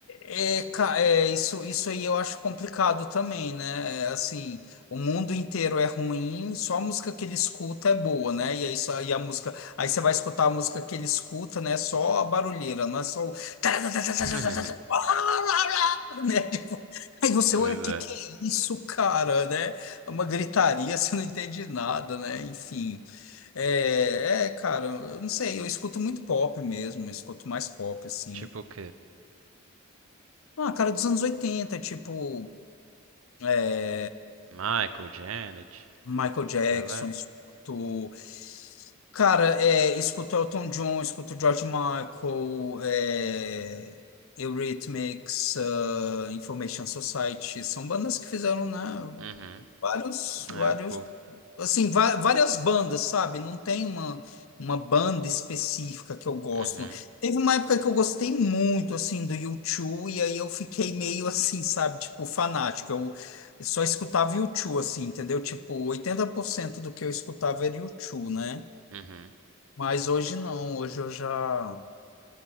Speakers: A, on the left; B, on the right.
A: É, ca- é, isso, isso aí eu acho complicado também, né? É, assim, o mundo inteiro é ruim, só a música que ele escuta é boa, né? E aí, só, e a música, aí você vai escutar a música que ele escuta, né? Só a barulheira, não é só o. <laughs>
B: <laughs>
A: né? Tipo, aí você,
B: Pois
A: ué, que
B: é.
A: que é isso, cara, né? É uma gritaria, <laughs> você não entende nada, né? Enfim, é, é, cara, eu não sei, eu escuto muito pop mesmo, eu escuto mais pop, assim.
B: Tipo o quê?
A: Ah, cara, dos anos oitenta tipo, é,
B: Michael, Janet,
A: Michael Jackson,
B: essa galera.
A: escuto. Cara, é, escuto Elton John, escuto George Michael, é, Eurythmics, ah, Information Society. São bandas que fizeram, né,
B: Uhum.
A: vários, vários
B: É, eu curto.
A: assim, va- várias bandas, sabe? Não tem uma, uma banda específica que eu gosto.
B: Uhum,
A: Teve uma época que eu gostei muito, assim, do U2, e aí eu fiquei meio assim, sabe? Tipo, fanático. Eu, eu só escutava U2, assim, entendeu? Tipo, 80% do que eu escutava era U2, né?
B: uhum.
A: Mas hoje não, hoje eu já...